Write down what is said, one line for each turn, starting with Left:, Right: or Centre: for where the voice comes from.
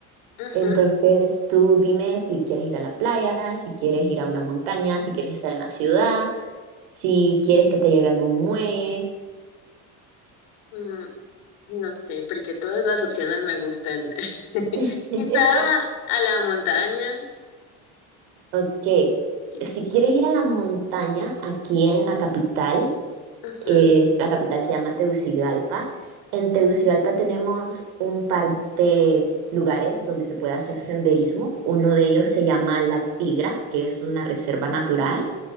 Left: Ajá,
Right: Entonces, tú dime si quieres ir a la playa, si quieres ir a una montaña, si quieres estar en la ciudad, si quieres que te lleve a algún muelle.
Left: mm, no sé, porque todas las opciones me gustan. <laughs>
Right: <laughs>
Left: Quizá a la montaña.
Right: Ok,
Left: que-
Right: si quieres ir a la montaña aquí en la capital,
Left: Ajá,
Right: es, la capital se llama Tegucigalpa. En Tegucigalpa tenemos un par de lugares donde se puede hacer senderismo. Uno de ellos se llama La Tigra, que es una reserva natural.